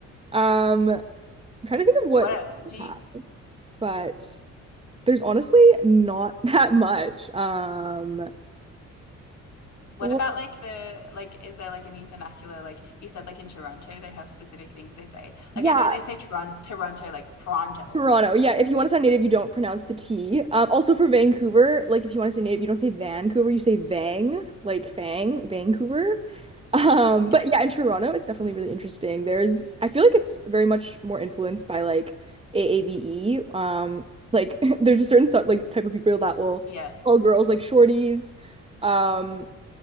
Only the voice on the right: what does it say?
Um, I'm trying to think of what
we
have, but there's honestly not <laughs> that much. Um,
what
yeah,
Toronto. Yeah, if you want to sound native, you don't pronounce the T. Um, also for Vancouver, like if you want to say native, you don't say Vancouver, you say Vang, like Fang, Vancouver. Um,
but yeah, in Toronto, it's definitely really interesting. There's, I feel like it's very much more influenced by like AAVE. Um, like <laughs> there's a certain sort, like type of people that will
call girls like shorties. Um,